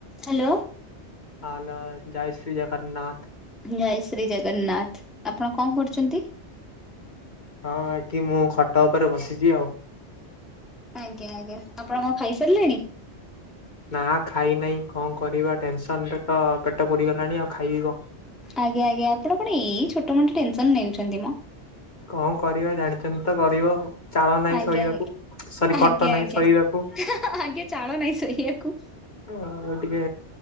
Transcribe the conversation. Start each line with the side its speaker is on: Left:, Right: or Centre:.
Centre: Hello,
Left: hello, ଜୟ ଶ୍ରୀ ଜଗନ୍ନାଥ।
Centre: ଜୟ ଶ୍ରୀ ଜଗନ୍ନାଥ, ଆପଣ କଣ କରୁଛନ୍ତି?
Left: ହଁ ଏଠି ମୁଁ ଖଟ ଉପରେ ବସିଛି ଆଉ।
Centre: ଆଜ୍ଞା ଆଜ୍ଞା, ଆପଣ କଣ ଖାଇସାରିଲେଣି?
Left: ନା ଖାଇନେଇ କଣ କରିବା ଟେନସନ୍‌ ରେ ତ ପେଟ ପୋଡିଗଲାଣି ଆଉ ଖାଇବି କଣ।
Centre: ଆଜ୍ଞା ଆଜ୍ଞା, ଆପଣ କଣ ଏଇ ଛୋଟ ମୋଟ ଟେନସନ ନେଉଛନ୍ତି ମ।
Left: କଣ କରିବା ଜାଣିଛନ୍ତି ତ ଗରିବ। ଚାଳ ନାହିଁ
Centre: ଆଜ୍ଞା
Left: ଶୋଇବାକୁ। ସରି
Centre: ଆଜ୍ଞା ଆଜ୍ଞା
Left: ଖଟ ନାହିଁ
Centre: ଆଜ୍ଞା
Left: ଶୋଇବାକୁ
Centre: ଆଜ୍ଞା ଚାଳ ନାଇଁ ଶୋଇଆକୁ।
Left: ଆଉ ଟିକେ